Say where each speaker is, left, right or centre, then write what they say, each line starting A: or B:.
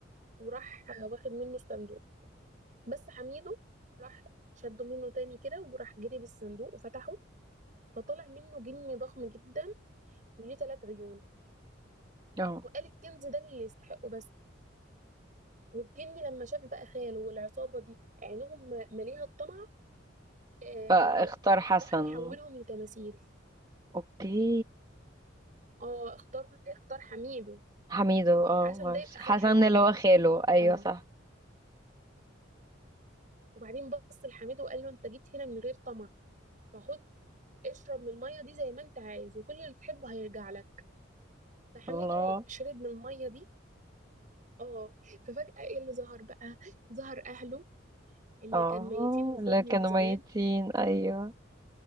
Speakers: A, on the right (about 40°); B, on the right (about 20°).
A: وراح واخد منه صندوق بس حميده راح شده منه تاني كده وراح جري بالصندوق وفتحه فطلع منه جني ضخم جدا وليه ثلاث عيون
B: اه
A: وقال الكنز ده اللي يستحقه بس والجني لما شاف بقى خاله والعصابة دي عينهم مليها الطمع آه
B: فاختار حسن
A: راح محولهم لتماثيل
B: اوكي
A: اه اختار اختار حميده
B: حميدو اه
A: حسن
B: ماشي
A: ده يبقى خال
B: حسن
A: حميده
B: اللي هو خاله ايوه
A: اه
B: صح
A: وبعدين بص لحميده وقال له انت جيت هنا من غير طمع فخد اشرب من المية دي زي ما انت عايز وكل اللي تحبه هيرجع لك فحميدو
B: الله
A: شرب من المية دي اه ففجأة ايه اللي ظهر بقى ظهر اهله اللي
B: اه
A: كان ميتين المفروض
B: اللي
A: من
B: كانوا
A: زمان
B: ميتين ايوه